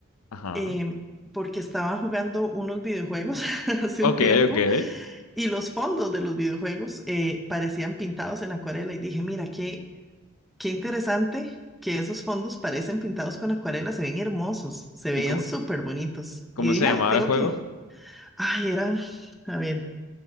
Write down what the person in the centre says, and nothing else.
Em, porque estaba jugando unos videojuegos <laughs> hace
un tiempo
y los fondos de los videojuegos eh, parecían pintados en acuarela y dije, mira, qué, qué interesante que esos fondos parecen pintados con acuarela, se ven hermosos, se veían
súper bonitos.
Y dije,
ay, tengo
que, ay, eran, a ver.